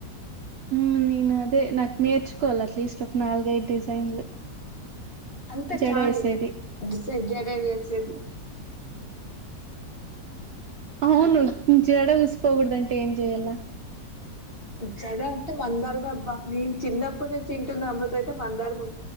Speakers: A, on the right; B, on the left.
A: ఉన్ అదే నాక్ నేర్చుకోల్ల అట్లీస్ట్ ఒక నాలుగైదు డిజైన్లు
B: అంతే
A: జడ
B: చాలు.
A: యేసేది
B: డిజై జడ వేసేది.
A: అవును జడ ఊసిపోకోడదం ఏం జేయల్ల
B: జడ అంటే మందారమే అబ్బా నేన్ చిన్నప్పుడు నుంచి ఇంటున్న అమ్మతో అయితే మందార మో